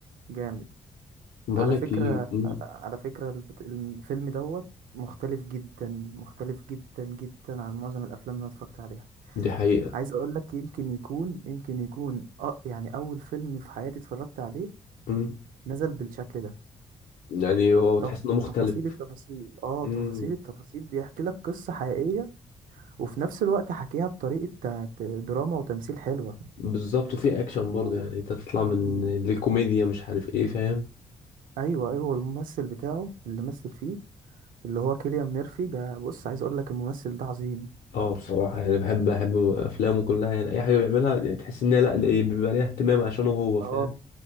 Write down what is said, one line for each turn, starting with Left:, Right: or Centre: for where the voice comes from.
Right: جامد
Left: بقول
Right: على
Left: لك
Right: فكرة
Left: ايه مم،
Right: على فكرة البت- الفيلم دوت مختلف جدا مختلف جدا جدا عن معظم الأفلام اللي أنا اتفرجت عليها
Left: دي حقيقة
Right: عايز أقول لك يمكن يكون يمكن يكون أه يعني أول فيلم في حياتي اتفرجت عليه
Left: مم.
Right: نزل بالشكل ده
Left: يعني هو تحس
Right: تف-
Left: انه مختلف
Right: تفاصيل التفاصيل اه
Left: مم.
Right: تفاصيل التفاصيل بيحكي لك قصة حقيقية وفي نفس الوقت حكيها بطريقة ت- ت- دراما وتمثيل حلوة
Left: بالظبط وفي اكشن برضه
Right: و...
Left: يعني تطلع من
Right: مم.
Left: الكوميديا مش عارف ايه فاهم
Right: ايوه ايوه الممثل بتاعه اللي مثل فيه اللي هو كيليان ميرفي ده بص عايز اقول لك الممثل ده عظيم
Left: اه بصراحة يعني بحب بحب أفلامه كلها يعني أي حاجة بيعملها يعني تحس إن هي لأ اللي بيبقى ليها اهتمام عشانه هو
Right: اه
Left: فاهم